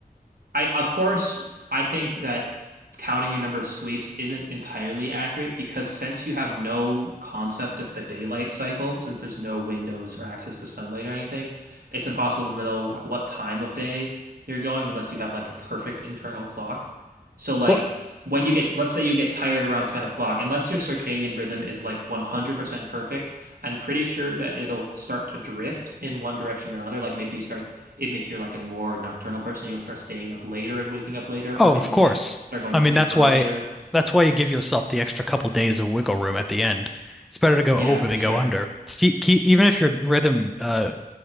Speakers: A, on the right; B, in the centre.
A: I of course I think that counting your number of sleeps isn't entirely accurate because since you have no concept of the daylight cycle, since there's no windows or access to sunlight or anything, it's impossible to know what time of day you're going unless you have like a perfect internal clock. So like
B: Well,
A: when you get to, let's say you get tired around 10 o'clock, unless your circadian rhythm is like 100% perfect, I'm pretty sure that it'll start to drift in one direction or another. Like maybe you start, even if you're like a more nocturnal person, you'll start staying up later and waking up later,
B: Oh,
A: or maybe
B: of course.
A: you might start going
B: I
A: to
B: mean,
A: sleep
B: that's
A: earlier.
B: why that's why you give yourself the extra couple days of wiggle room at the end. It's better to go
A: Yeah,
B: over
A: for
B: than
A: sure.
B: go under. See, ke even if your rhythm, uh,